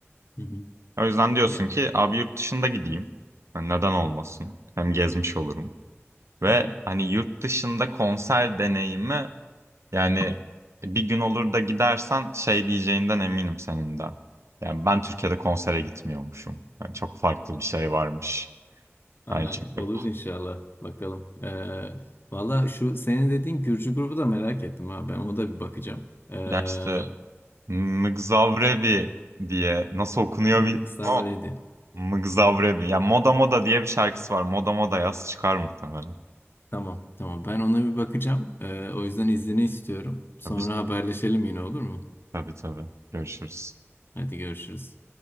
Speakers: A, on the left; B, on the right.
A: Hı hı.
B: O yüzden diyorsun
A: Ya.
B: ki abi yurt dışında gideyim. Yani neden olmasın? Hem gezmiş olurum. Ve
A: Hı hı.
B: hani yurt dışında konser deneyimi yani bir gün olur da gidersen şey diyeceğinden eminim senin de. Yani ben Türkiye'de konsere gitmiyormuşum. Yani çok farklı bir şey varmış.
A: <laughs> Ay,
B: Yani çünkü
A: olur inşallah. Bakalım. Ee, valla şu senin dediğin Gürcü grubu da merak ettim ha. Ben ona da bir bakacağım. Ee,
B: ya işte Mgzavrebi diye nasıl okunuyor bilmiyorum
A: Nixavre'di.
B: ama Mgzavrebi. Ya Moda Moda diye bir şarkısı var. Moda Moda yaz çıkar muhtemelen.
A: Tamam, tamam. Ben ona bir bakacağım. Ee, o yüzden iznini istiyorum. Sonra
B: Tabii
A: haberleşelim yine olur mu?
B: tabii tabii. Görüşürüz.
A: Hadi görüşürüz.